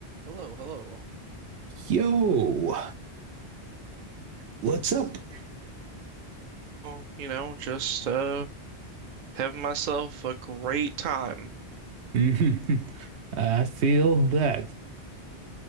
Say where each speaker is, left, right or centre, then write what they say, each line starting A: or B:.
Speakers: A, on the right (about 55°); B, on the right (about 85°).
A: Hello, hello.
B: Yo, what's up? <laughs>
A: Well, you know, just uh having myself a great time.
B: Mhm. I feel that